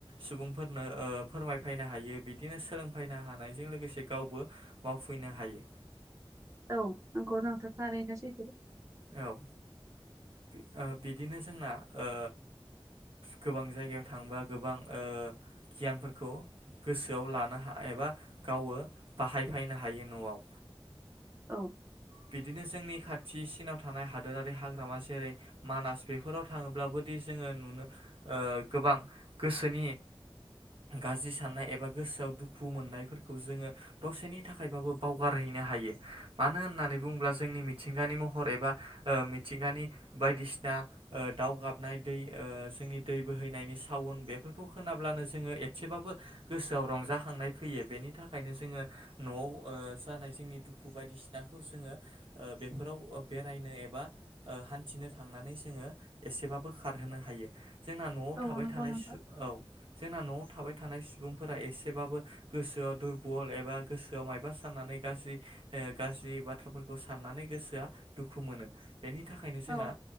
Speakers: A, on the right; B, on the right.
A: सुबुंफोरनो ओ फोरमायफायनो हायो बिदिनो सोलोंफैनो हानायजों लोगोसे गावबो मावफैनो हायो
B: औ नंगौ नोंथान थारैनो सैथो
A: औ बि- ओ बिदिनो जोंना ओ गोबां जायगायाव थांबा गोबां ओ गियानफोरखौ गोसोआव लानो हा एबा गावो बाहायफायनो हायो न'आव
B: औ
A: बिदिनो जोंनि खाथिसिनाव थानाय हादोरारि हाग्रामा जेरै मानास बेफोराव थाङोब्लाबोदि जोङो नुनो ओ गोबां गोसोनि गाज्रि साननाय एबा गोसोआव दुखु मोननायफोरखौ जोङो दसेनि थाखायबाबो बावगारहै नो हायो मानो होननानै बुंब्ला जोंनि मिथिंगानि महर एबा ओ मिथिंगानि बायदिसिना ओ दाउ गाबनाय दै ओ जोंनि दै बोहैनायनि साउवन बेफोरखौ खोनाब्लानो जोङो एसेबाबो गोसोआव रंजाखांनाय फैयो बेनि थाखायनो जोङो न'आव ओ जानाय जोंनि दुखु बायदिसिनाखौ जोङो ओ बेफोराव बे बेरायनो एबा ऐ हान्थिनो थांनानै जोङो एसेबाबो खारहोनो हायो जोंना न'आव
B: औ
A: थाबाय
B: नंगौ
A: थाना
B: नोंथां
A: सु औ जोंना न'आव थाबाय थानाय सुबुंफोरा एसेबाबो गोसोआव दुरबल एबा गोसोआव मायबा साननानै गाज्रि गाज्रि बाथ्राफोरखौ साननानै गोसोआ दुखु मोनो बेनि थाखायनो जोंहा
B: औ